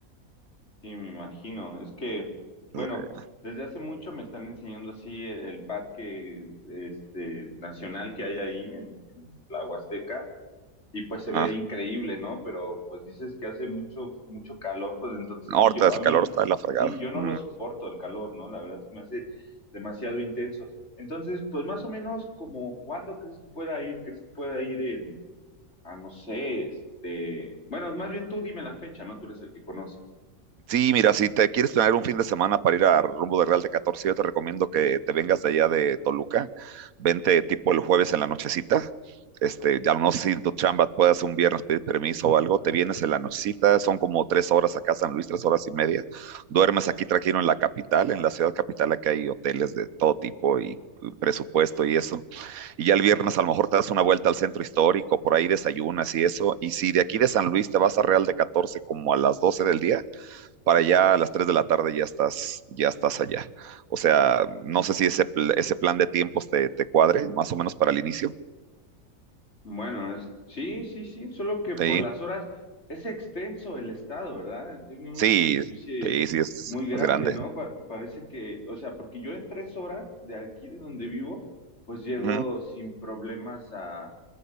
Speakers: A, on the left; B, on the right.
A: Sí, me imagino. Es que, bueno,
B: Ajá.
A: desde hace mucho me están enseñando así el, el parque este, nacional que hay ahí en, en la Huasteca y pues
B: ajá.
A: se ve increíble, ¿no? Pero pues dices que hace mucho, mucho calor, pues entonces,
B: No, ahorita
A: y yo,
B: el
A: a mí,
B: calor está de la fregada.
A: sí, yo no
B: Mm.
A: lo soporto el calor, ¿no? La verdad se me hace demasiado intenso. Entonces, pues más o menos como, ¿cuándo crees que pueda ir? ¿Crees que pueda ir en, a no sé, este, bueno, más bien tú dime la fecha, ¿no? Tú eres el que conoce.
B: Sí, mira, si te quieres tener un fin de semana para ir a rumbo de Real de Catorce, yo te recomiendo que te vengas de allá de Toluca. Vente tipo el jueves en la nochecita. Este, ya no sé si en tu chamba puedas un viernes pedir permiso o algo. Te vienes en la nochecita, son como tres horas acá, San Luis, tres horas y media. Duermes aquí tranquilo en la capital, en la ciudad capital, aquí hay hoteles de todo tipo y presupuesto y eso. Y ya el viernes a lo mejor te das una vuelta al centro histórico, por ahí desayunas y eso. Y si de aquí de San Luis te vas a Real de Catorce como a las 12 del día, para allá a las 3 de la tarde ya estás, ya estás allá. O sea, no sé si ese, pl- ese plan de tiempos te, te cuadre, más o menos para el inicio.
A: Bueno, es, sí, sí, sí, solo que por
B: Sí,
A: las horas es extenso el estado, ¿verdad? Tiene una
B: sí,
A: superficie
B: sí, sí es,
A: muy grande,
B: es grande.
A: ¿no? Pa- parece que, o sea, porque yo en tres horas de aquí de donde vivo, pues llego
B: Ujú,
A: sin problemas a,